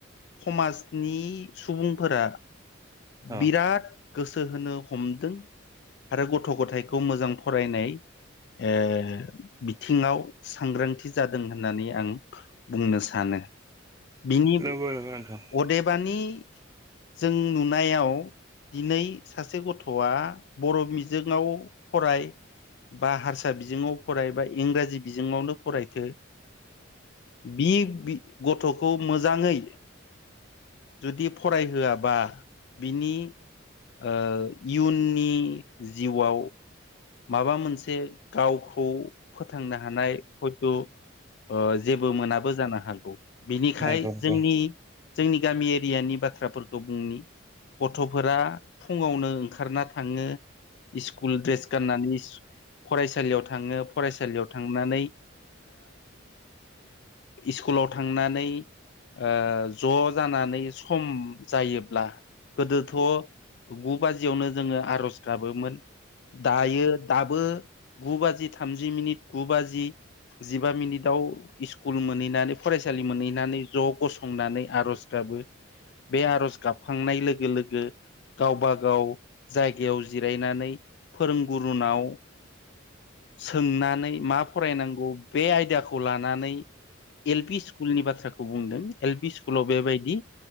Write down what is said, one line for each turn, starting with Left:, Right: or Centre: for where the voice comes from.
Left: समाजनि सुबुंफोरा
Right: अ
Left: बिराद गोसो होनो हमदों आरो गथ' गथायखौ मोजां फरायनाय ओ बिथिङाव सांग्रांथि जादों होननानै आं बुंनो सानो। बिनि
Right: नंगौ नंगौ नोंथां
Left: अदेबानि जों नुनायाव दिनै सासे गथ'आ बर' मिजोंङाव फराय बा हारसा बिजोङाव फराय बा इंराजि बिजोङावनो फरायथो बि गथ'खौ मोजाङै जुदि फरायहोआबा बिनि ओ इयुननि जिउआव माबा मोनसे गावखौ फोथांनो हानाय हयथ' ओ जेबो मोनाबो जानो हागौ। बिनिखाय
Right: नंगौ
Left: जोंनि
Right: नंगौ
Left: जोंनि गामि एरियानि बाथ्राफोरखौ बुंनि गथ'फोरा फुङावनो ओंखारना थाङो स्कुल द्रेस गाननानै फरायसालियाव थाङो फरायसालियाव थांनानै स्कुलाव थांनानै ओ ज' जानानै सम जायोब्ला गोदोथ' गु बाजियावनो जोङो आर'ज गाबोमोन। दायो दाबो गु बाजि थामजि मिनिट गु बाजि जिबा मिनिटआव स्कुल मोनहैनानै फरायसालि मोनहैनानै ज' गसंनानै आर'ज गाब बे आर'ज गाबखांनाय लोगो लोगो गावबा गाव जायगायाव जिरायनानै फोरोंगुरुनाव सोंनानै मा फरायनांगौ बे आयदाखौ लानानै एल पि स्कुलनि बाथ्राखौ बुंदों एल पि स्कुलाव बेबायदि